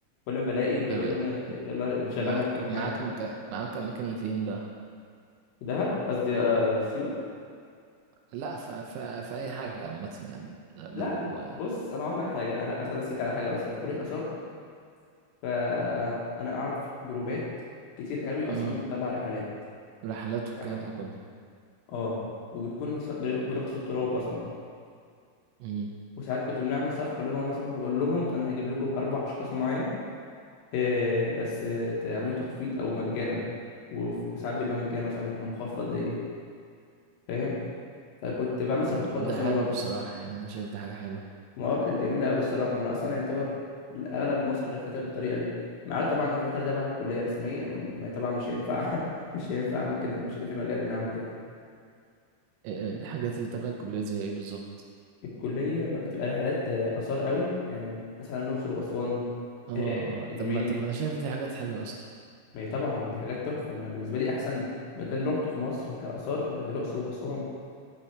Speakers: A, on the left (about 80°); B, on the right (about 80°).
A: كل ما بلاقي بلاقيهم
B: طب
A: يلا يلا انشغلنا
B: معاك
A: في كام حاجه
B: معاك مكان معاك اماكن لفين بقى
A: دهب قصدي آه سيوه
B: لا ف... ف... في اي حاجه عامه يعني لو
A: لا بص انا اقول لك حاجه انا عايز ارسيك على حاجه بس انا في كليه اثار فانا اعرف جروبات كتير قوي اصلا
B: مم.
A: بتطلع رحلات
B: رحلات والكلام
A: سياحه
B: ده كله
A: اه وبتكون بس- برخص التراب اصلا
B: مم.
A: وساعات كنت بنعمل صفقه اللي هو مثلا بقول لهم انا هجيب لكم اربع اشخاص معايا آه، بس آه، تعمله تخفيض او مجانا وف- وساعات بيبقى مجانا وساعات بيبقى مخفض ليا فاهم فكنت بعمل صفقات
B: طب ده
A: اصلا
B: حلو
A: وبطلع
B: بصراحه يعني انا شايف دي حاجه حلوه
A: المواقع كانت جميله قوي الصراحه ما انا اصلا يعتبر اغلب مصر لفتها بالطريقه دي مع طبعا الحاجات اللي تبع الكليه رسميه م- ما طبعا مش هينفع <laughs> مش هينفع اعمل كده مش هيبقى في مجال ان اعمل كده
B: إيه- إيه الحاجات اللي تبع الكليه زي ايه بالظبط
A: الكليه ما بتبقى رحلات آه، اثار قوي يعني مثلا الاقصر واسوان
B: اه
A: آه، المنيا
B: طب ما طب ما انا شايف دي حاجات حلوه يا اسطى
A: ما هي طبعا دي حاجات تحفه ما انا بالنسبه لي احسن مكان روحته في مصر كاثار آه، الاقصر واسوان